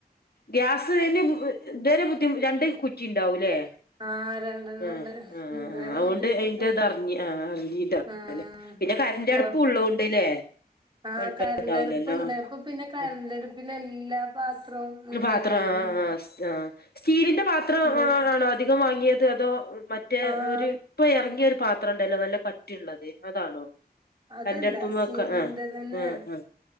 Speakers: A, on the left (about 70°); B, on the right (about 30°).
A: ഗ്യാസെയ്ന് <unintelligible> ഇതെരെ ബുദ്ധിമു രണ്ട് കുറ്റി ണ്ടാവൂല്ലേ?
B: ആഹ് രണ്ടെണ്ണം
A: ആഹ്
B: ഉണ്ട്
A: ആഹ്
B: ഇതുവരെ
A: ആഹ് അവോണ്ട്
B: ബുദ്ധിമുട്ടിട്ടൊന്നും
A: അയിന്റെതറിഞ് ആഹ് ആഹ് <unintelligible>
B: ആഹ്
A: ന്റെ കരണ്ടാടുപ്പുള്ളോ
B: കൊഴപ്പ
A: ട്ട്ല്ലേ
B: ആഹ്
A: കൊഴപ്പണ്ടാവുലല്ലോ
B: കരണ്ടടുപ്പുണ്ട് ഇപ്പൊ പിന്നെ കരണ്ടടുപ്പിൽ
A: അഹ്
B: എല്ലാ പാത്രവും ഉണ്ടല്ലോ
A: ന്ന് പാത്ര
B: അയിന്
A: അഹ് ആഹ് ആഹ് സ് ആഹ് അഹ് സ്റ്റീലിന്റെ പാത്രം
B: ഇത്
A: ആ ആണോ അധികം വാങ്ങിയത് അതോ മറ്റേ
B: ആഹ്
A: ഒരു ഇപ്പ എറങ്ങിയൊരു പാത്രംണ്ടല്ലോ നല്ല കട്ടിള്ളത് അതാണോ?
B: അതല്ല
A: കരണ്ട് അടുപ്പുമ്മെ
B: സ്റ്റീലിന്റെ
A: വെക്ക ആ
B: തെന്നെയാണ്.
A: ആ ആ